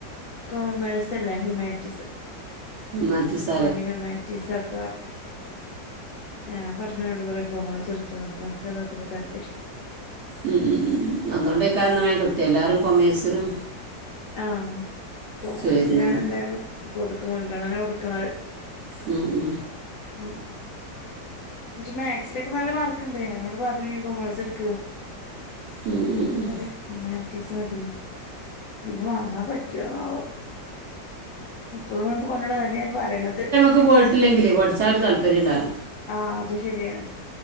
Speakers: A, on the left; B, on the right.
A: കാെമേഴ്സല്ല ഹ്യുമാൻറ്റീസ്
B: ഹുമാനറ്റിസ്
A: അവന്ന് ഹ്യുമാൻറ്റീസാക്കാർഞ്ഞു ഞാൻ പർഞ്ഞവനോട് കാെറേ കൊമാേഴ്‌സെട്ത്താേന്ന് അപ്പ ഓൻക്കതാത്രെ താല്പര്യം
B: ഉം ഉം ഉം ഉം അതോണ്ടെയ്ക്കാരം ന്നാ വേം കിട്ട്യേ എല്ലാരും കൊമേഴ്സ്നും
A: ആഹ് കൊമേഴ്സിനാണ്
B: ചേരുന്നത്
A: എല്ലാരും കൊട്ക്ക് മുൻഗണന കൊട്ക്ക്ണത്
B: ഉം ഉം
A: <unintelligible> പക്ഷെ മാക്സിലൊക്കെ നല്ല മാർക്ക്ണ്ട് ഞാനോട് പർഞ്ഞു ഇയ്യ് കൊമേഴ്സ്ട്ക്ക്
B: ഉം ഉം
A: ഓൻ
B: ഉം
A: പറെ ഹ്യുമാൻറ്റീസതീ പിന്നെ മാറാം പറ്റാേന്നാവോ ഇപ്പഴും ഒനാേടതെന്നെ ഞാൻ പറീണത്
B: ക്ക് പോയിട്ടില്ലെങ്കിലെ പഠിച്ചാ ഒര് താല്പര്യണ്ടാവ്‌ല
A: ആഹ് അത് ശെരിയാണ്